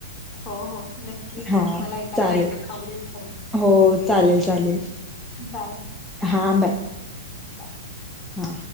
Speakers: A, on the left; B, in the centre.
A: हो हो नक्की
B: हा
A: मला ऐकायला
B: चालेल
A: आव आवडेल खरंच
B: हो
A: ओके
B: चालेल चालेल
A: बाय
B: हां बाय
A: बाय
B: हा